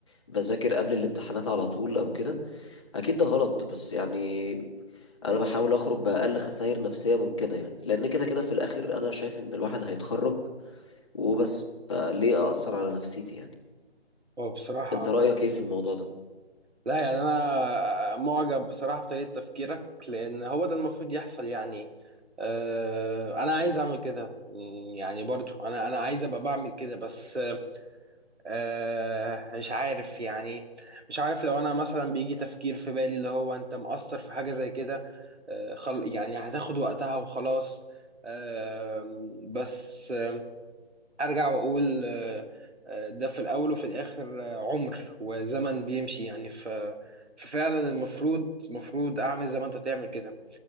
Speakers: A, on the left (about 25°); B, on the right (about 80°).
A: بذاكر قبل الامتحانات على طول او كده اكيد ده غلط بس يعني انا بحاول اخرج باقل خسائر نفسيه ممكنه يعني لان كده كده في الاخر انا شايف ان الواحد هيتخرج وبس فليه اثر على نفسيتي يعني
B: هو بصراحه
A: انت رايك ايه في الموضوع ده
B: لا يعني انا معجب بصراحه بطريقه تفكيرك لان هو ده المفروض يحصل يعني آه، انا عايز اعمل كده مم، يعني برضو انا انا عايز ابقى بعمل كده بس آه مش عارف يعني مش عارف لو انا مثلا بيجي تفكير في بالي اللي هو انت مقصر في حاجة زي كده آه خل يعني هتاخد وقتها وخلاص آه بس آه ارجع واقول آه آه، ده في الاول وفي الاخر آه عمر وزمن بيمشي يعني ف ففعلا المفروض المفروض اعمل زي ما انت تعمل كده